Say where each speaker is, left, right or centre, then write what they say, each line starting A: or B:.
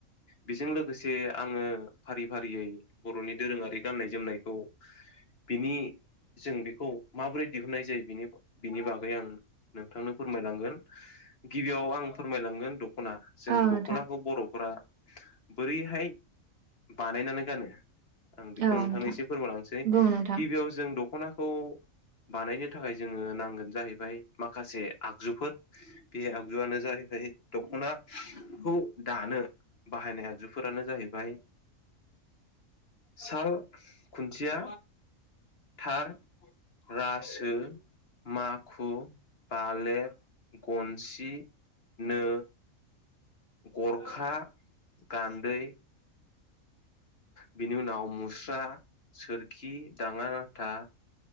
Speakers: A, on the left; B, on the right.
A: बेजों लोगोसे आङो फारि फारियै बर'नि दोरोंङारि गाननाय जोमनायखौ बिनि जों बेखौ माबोरै दिहुननाय जायो बिनि बिनि बागै आं नोंथांनो फोरमायलांगोन। गिबियाव आं फोरमायलांगोन द' ख'ना जों
B: औ
A: दख'नाखौ
B: नोंथां
A: बर'फोरा बोरैहाय बानायनानै गानो आं बेखौ
B: औ
A: नोंथांनो
B: नोंथां
A: एसे फोरमायलांनोसै।
B: बुं नोंथां
A: गिबियाव जों दख'नाखौ बानायनो थाखाय जोङो नांगोन जाहैबाय माखासे आगजुफोर। बे आगजुआनो जाहै <unintelligible> दख'नाखौ दानो बाहायनाय आगजुफोरानो जाहैबाय साल, खुन्थिया, थार, रासो माखु, बालेब, गनसि नो, गरखा, गान्दै, बेनि उनाव मुस्रा, सोरखि, दांङा नाथा,